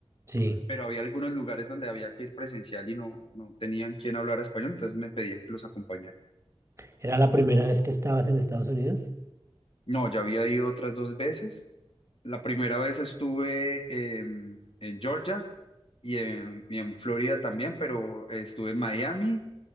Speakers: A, on the right; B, on the left.
A: Sí.
B: pero había algunos lugares donde había que ir presencial y no, no tenían quien hablar español, entonces me pedían que los acompañara.
A: ¿Era la primera vez que estabas en Estados Unidos?
B: No, ya había ido otras dos veces. La primera vez estuve em, en Georgia y en, y en Florida también, pero eh, estuve en Miami